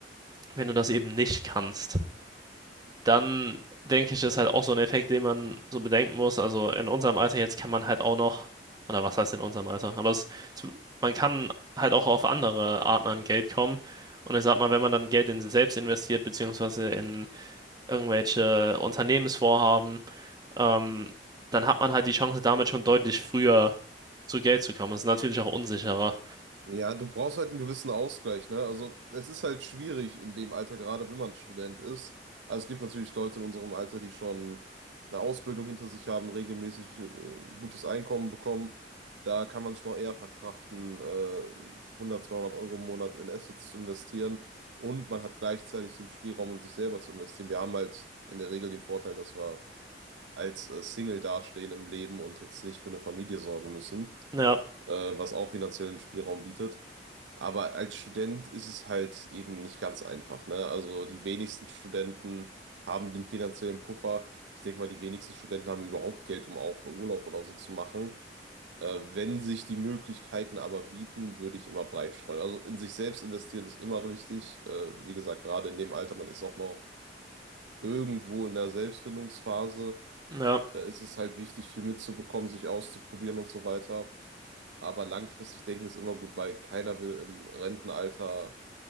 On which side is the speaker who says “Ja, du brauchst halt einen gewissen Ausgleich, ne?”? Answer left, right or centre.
Right